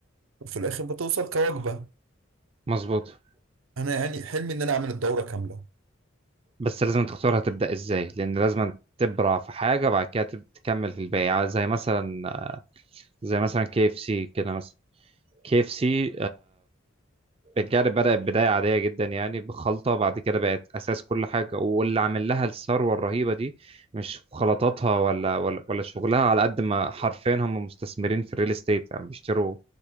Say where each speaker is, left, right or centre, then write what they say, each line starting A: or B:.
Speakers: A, on the right; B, on the right.
A: وفي الآخر بتوصل كوجبة
B: مظبوط
A: أنا يعني حلمي إن أنا أعمل الدورة كاملة
B: بس لازم تختار هتبدأ إزاي لأن لازم تبرع في حاجة بعد كده تب- تكمل في الباقي زي مثلا زي مثلا كي اف سي كده مثلا كي اف سي بالجعل بدأت بداية عادية جدا يعني بخلطة بعد كده بقت أساس كل حاجة واللي عامل لها الثروة الرهيبة دي مش خلطاتها ولا ولا ولا شغلها على قد ما حرفيا هم مستثمرين في الريل استيت يعني بيشتروا